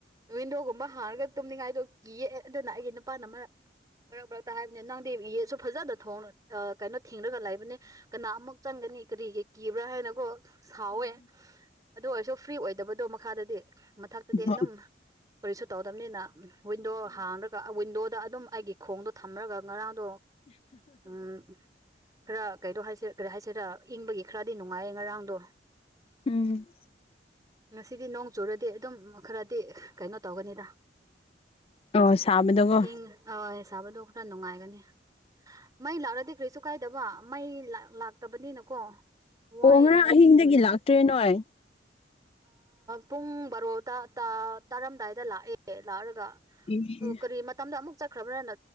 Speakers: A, on the right (about 20°); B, on the left (about 35°).
A: ꯋꯤꯟꯗꯣꯒꯨꯝꯕ ꯍꯥꯡꯔꯒ ꯇꯨꯝꯅꯤꯡꯉꯥꯏꯗꯣ ꯀꯤꯑ ꯑꯗꯨꯅ ꯑꯩꯒꯤ ꯅꯨꯄꯥꯅ ꯃꯔꯛ ꯃꯔꯛ ꯃꯔꯛꯇ ꯍꯥꯏꯕꯅꯦ ꯅꯪꯗꯤ ꯌꯦꯁꯨ ꯐꯖꯅ ꯊꯣꯡ ꯀꯩꯅꯣ ꯊꯦꯡꯅꯒ ꯂꯩꯕꯅꯦ ꯀꯅꯥ ꯑꯃꯨꯛ ꯆꯪꯒꯅꯤ ꯀꯔꯤꯒꯤ ꯀꯤꯕ꯭ꯔꯥ ꯍꯥꯏꯅꯀꯣ ꯁꯥꯎꯋꯦ ꯑꯗꯨ ꯑꯣꯏꯔꯁꯨ ꯐ꯭ꯔꯤ ꯑꯣꯏꯗꯕꯗꯣ ꯃꯈꯥꯗꯗꯤ ꯃꯊꯛꯇꯗꯤ
B: ꯎꯝ
A: ꯑꯗꯨꯝ ꯀꯔꯤꯁꯨ ꯇꯧꯗꯕꯅꯤꯅ ꯋꯤꯟꯗꯣ ꯍꯥꯡꯔꯒ ꯋꯤꯟꯗꯣꯗ ꯑꯗꯨꯝ ꯑꯩꯒꯤ ꯈꯣꯡꯗꯣ ꯊꯝꯃꯔꯒ ꯉꯔꯥꯡꯗꯣ ꯎꯝ ꯈꯔ ꯀꯩꯗꯣ ꯍꯥꯏꯁꯦ ꯀꯔꯤ ꯍꯥꯏꯁꯤꯦꯔ ꯏꯪꯕꯒꯤ ꯈꯔꯗꯤ ꯅꯨꯡꯉꯥꯏꯌꯦ ꯉꯔꯥꯡꯗꯣ
B: ꯎꯝ
A: ꯉꯁꯤꯗꯤ ꯅꯣꯡ ꯆꯨꯔꯗꯤ ꯑꯗꯨꯝ ꯈꯔꯗꯤ ꯀꯩꯅꯣ ꯇꯧꯒꯅꯤꯗ
B: ꯑꯣ ꯁꯥꯕꯗꯀꯣ
A: ꯏꯪ ꯑ ꯁꯥꯕꯗꯣ ꯈꯔ ꯅꯨꯡꯉꯥꯏꯒꯅꯤ ꯃꯩ ꯂꯥꯛꯂꯗꯤ ꯀꯔꯤꯁꯨ ꯀꯥꯏꯗꯕ ꯃꯩ ꯂꯥꯛꯇꯕꯅꯤꯅꯀꯣ ꯋꯥꯏꯑꯦ
B: ꯑꯣ ꯉꯔꯥꯡ ꯑꯍꯤꯡꯗꯒꯤ ꯂꯥꯛꯇ꯭ꯔꯦ ꯅꯣꯏ
A: ꯄꯨꯡ ꯕꯥꯔꯣ ꯇꯥꯔꯝꯗꯥꯏꯗ ꯂꯥꯛꯑꯦ ꯂꯥꯛꯑꯔꯒ
B: ꯑꯦ
A: ꯑꯣꯔꯤ ꯃꯗ ꯑꯃꯨꯛ ꯆꯠꯈ꯭ꯔꯕ꯭ꯔꯥꯗꯣ